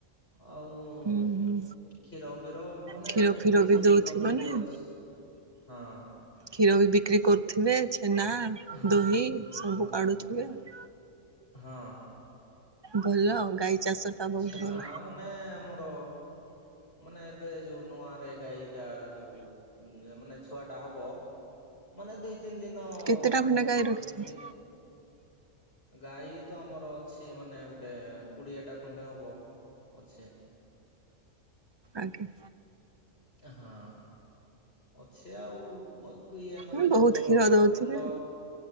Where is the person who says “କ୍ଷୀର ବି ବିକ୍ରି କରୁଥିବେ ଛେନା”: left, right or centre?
Right